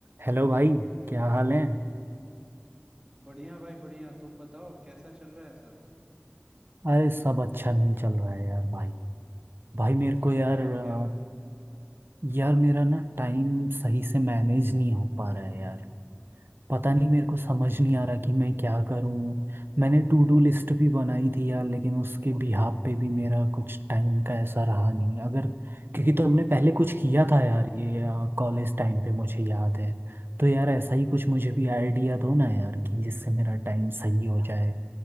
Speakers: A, on the right; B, on the right.
A: Hello भाई क्या हाल है
B: बढ़िया भाई बढ़िया तुम बताओ कैसा चल रहा है सब
A: अरे सब अच्छा नहीं चल रहा है यार भाई भाई मेरे
B: क्यों
A: को यार
B: क्या हो
A: अ,
B: गया
A: यार मेरा ना टाइम सही से मैनेज नहीं हो पा रहा है यार पता नहीं मेरे को समझ नहीं आ रहा कि मैं क्या करूं मैंने टू डू लिस्ट भी बनाई थी यार लेकिन उसके बिहाफ पे भी मेरा कुछ टाइम का ऐसा रहा नहीं अगर क्योंकि तुमने पहले कुछ किया था यार ये कॉलेज टाइम पे मुझे याद है तो यार ऐसा
B: हाँ
A: ही कुछ मुझे भी आइडिया दो ना यार कि जिससे मेरा टाइम सही हो जाए